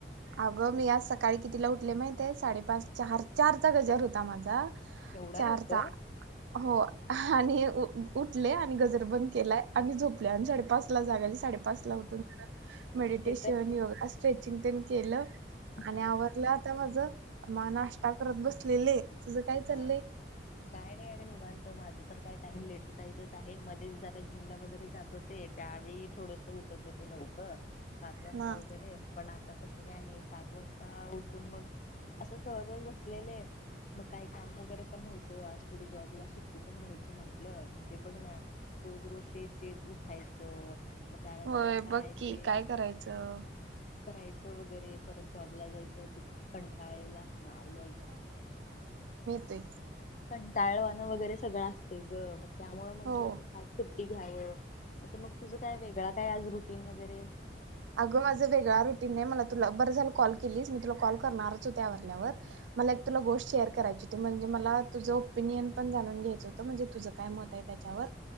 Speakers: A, on the right; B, on the left.
A: अगं मी आज सकाळी कितीला उठले माहितय साडेपाच चार चारचा गजर होता माझा.
B: एवढा
A: चार
B: लवकर
A: तास <inaudible> हो आणि उठले आणि गजर बंध केलाय आणि झोपल्या आणि साडे पाच ला जाग साडे पाच ला मडटेशन
B: हे तर
A: योगा स्ट्रेचिंग केलं आणि
B: हा
A: आवरलं
B: हा
A: आता माझ मा <inaudible> नाश्ता करत बसलेले तुझं काय चाललंय?
B: हा काय नाही अग निवांत माझं तर काय टाइम लेट जायच आहे मध्येच जरा जिमला वगैरे जात होते त्यावेळी थोडंस उठत होते लवकर पाच वाजता
A: म
B: वगरे पण आ तस काय नाही सात वाजता उठून मग असं सहजव बसलेलं आहे मग काय काम वगैरे पण नव्हतं आज थोडी जॉबला सुट्टी पण घ्यायची म्हटलं म्हणजे बघ ना रोज- रोज ते- ते उठायचं मग त्यानंतर
A: होय
B: काय
A: बघ
B: आहे ते
A: की काय करायचं
B: करायचं वगैरे परत जॉब ला जायचं त कंटाळे ला असणार <inaudible> यायचं
A: ते
B: कणटाळवाणं वगैरे सगळं असते गं मग त्यामुळे म्हंटलं
A: हो.
B: आ घ्यावं असं मग तुझं काय वेगळा काय आज रुटीन वगैरे?
A: अगं माझं वेगळ्या रुटीनने मला तुला बर झालं कॉल केली मी तुला कॉल करणारच होते आवरल्यावर मला एक तुला गोष्ट शेअर करायची ते म्हणजे मला तुझं ओपिनियन पण जाणून घ्यायचं होतं म्हणजे तुझं काय मत आहे त्याच्यावर